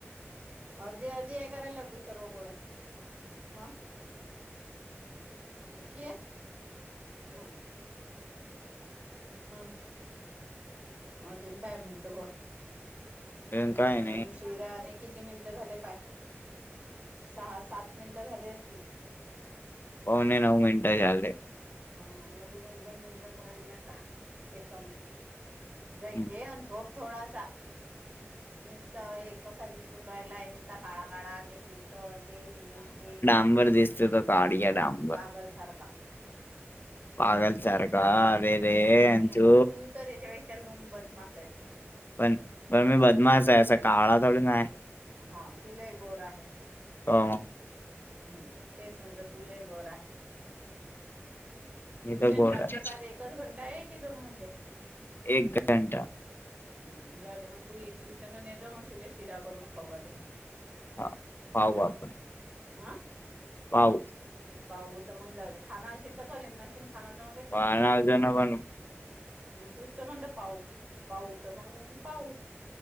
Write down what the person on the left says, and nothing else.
काय
नाही
पावने नऊ मिनटं झाले
हम्म.
शंभर दिसतोय का काडिया डाम
पागल सारखा अरे रे
अंशु
पण पण मी बदमास आहे काळा थोडी नाही
हो
मी तर गोड
आहे
एक घंटा
हा हा बाप्पा
पाव
पाळणा जयना म्हणू